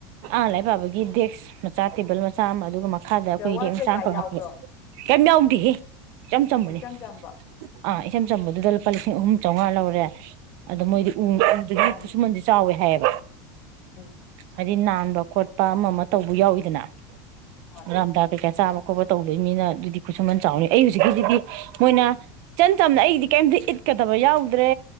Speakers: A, on the right (about 40°); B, on the left (about 25°).
A: ꯑꯥ ꯂꯥꯏ ꯄꯥꯕꯒꯤ ꯗꯦꯛꯁ ꯃꯆꯥ ꯇꯦꯕꯜ ꯃꯆꯥ ꯑꯃ ꯑꯗꯨꯒ ꯃꯈꯥꯗ ꯑꯩꯈꯣꯏ
B: ꯖꯋꯥꯁ
A: ꯏꯔꯦꯛ
B: ꯀꯩꯀꯥ
A: ꯃꯆꯥ ꯈꯛ
B: ꯌꯥꯎꯕ꯭ꯔꯣ
A: ꯍꯥꯞꯄꯤꯔ ꯀꯌꯥꯝ ꯌꯥꯎꯗꯦꯍꯦ
B: ꯑꯣ
A: ꯏꯆꯝ ꯆꯝꯕꯅꯦ
B: ꯑꯣ ꯏꯆꯝ ꯆꯝꯕ ꯎꯝ
A: ꯑꯥ ꯏꯆꯝ ꯆꯝꯕꯗꯨꯗ ꯂꯨꯄꯥ ꯂꯤꯁꯤꯡ ꯑꯍꯨꯝ ꯆꯧꯉꯥ ꯂꯧꯔꯦ ꯑꯗ ꯃꯣꯏꯗꯤ
B: ꯎꯝ
A: ꯎ ꯎꯗꯒꯤ
B: ꯃꯥꯅꯤ
A: ꯈꯨꯠꯁꯨꯃꯟꯗꯤ ꯆꯥꯎꯋꯦ ꯍꯥꯏꯌꯦꯕ
B: ꯎꯝ
A: ꯍꯥꯏꯗꯤ ꯅꯥꯟꯕ ꯈꯣꯠꯄ ꯑꯃ ꯑꯃ ꯇꯧꯕ ꯌꯥꯎꯋꯤꯗꯅ
B: ꯍꯣꯏ
A: ꯔꯝꯗ ꯀꯩ ꯆꯥꯕ ꯈꯣꯠꯄ ꯇꯧꯗꯣꯏ ꯃꯤꯅ ꯑꯗꯨꯗꯤ ꯈꯨꯠꯁꯨꯃꯟ ꯆꯥꯎꯅꯤ ꯑꯩ ꯍꯧꯖꯤꯛꯀꯤꯁꯤꯗꯤ ꯃꯣꯏꯅ ꯏꯆꯝ ꯆꯝꯅ ꯑꯩꯒꯤꯗꯤ ꯀꯔꯤꯝꯇ ꯏꯠꯀꯗꯕ ꯌꯥꯎꯗ꯭ꯔꯦ